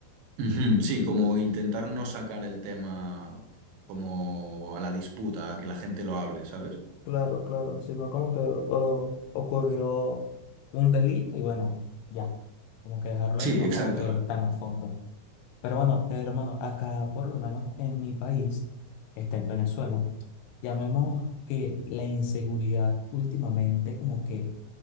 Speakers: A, on the right; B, on the left.
A: Ujú, Sí, como intentar no sacar el tema como a la disputa, a que la gente lo hable, ¿sabes?
B: Claro, claro, sino como que o- ocurrió un delito y bueno, ya, como que dejarlo
A: Sí,
B: ahí, no
A: exacto.
B: como que tan a fondo. Pero bueno, hermano, acá por lo menos en mi país, este, en Venezuela, llamemos que la inseguridad últimamente como que